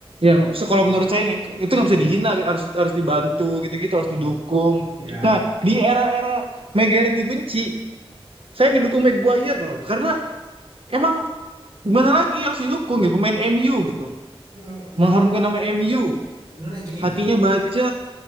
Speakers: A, on the right (about 65°); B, on the right (about 35°).
A: yang so, kalau menurut saya nih itu nggak bisa dihina, harus harus dibantu gitu-gitu harus didukung.
B: iya Ya,
A: Nah
B: iya,
A: di era-era Maguire dibenci, saya ngedukung Maguire loh karena emang gimana lagi harus didukung ya pemain MU gitu
B: mhm, yang
A: mengharumkan nama MU
B: sebenarnya gini,
A: Hatinya
B: Mas
A: baja.